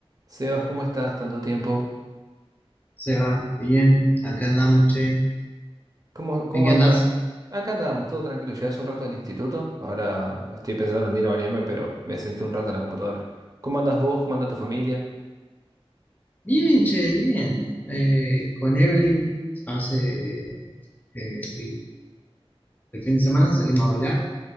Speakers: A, on the right; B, on the left.
A: Sebas, ¿cómo estás? Tanto tiempo.
B: Se va, bien, acá andamos, che.
A: ¿Cómo, cómo
B: ¿En qué
A: anda?
B: andás?
A: Acá andábamos, todo tranquilo. Llegué hace un rato del instituto. Ahora estoy pensando en ir a bañarme, pero me senté un rato en la computadora. ¿Cómo andas vos? ¿Cómo anda tu familia?
B: Bien, che, bien. Eh, con Evelyn hace eh, el, el fin de semana salimos a bailar,